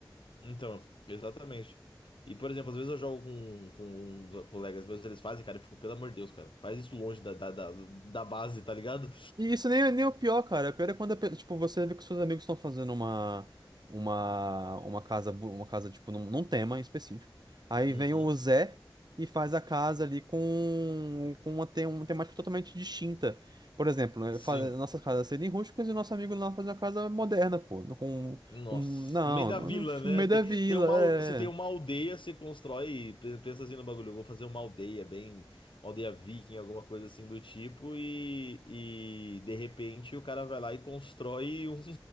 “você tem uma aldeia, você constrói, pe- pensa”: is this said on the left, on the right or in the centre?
Left